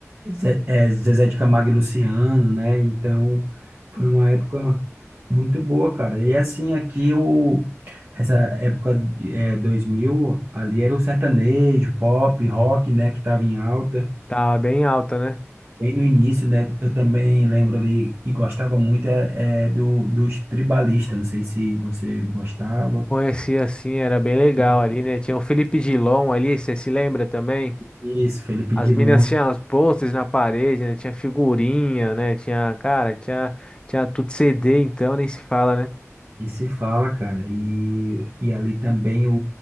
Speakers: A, on the right; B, on the left.
A: Zé- é, Zezé de Camargo e Luciano, né? Então, foi uma época muito boa, cara. E assim, aqui o essa época é, 2000 ali era o sertanejo, pop, rock, né? Que tava em alta.
B: Tava bem alta, né?
A: Bem no início, né? Eu também lembro ali e gostava muito é, é, do, dos tribalistas. Não sei se você gostava.
B: conhecia assim, era bem legal
A: né?
B: ali, né? Tinha o Felipe Dilon ali, você se lembra também?
A: Isso, Felipe
B: As
A: Dilon.
B: meninas tinham os posters na parede, né? Tinha figurinha, né? Tinha, cara, tinha, tinha tudo CD, então nem se fala, né?
A: E se fala, cara. E, e ali também o,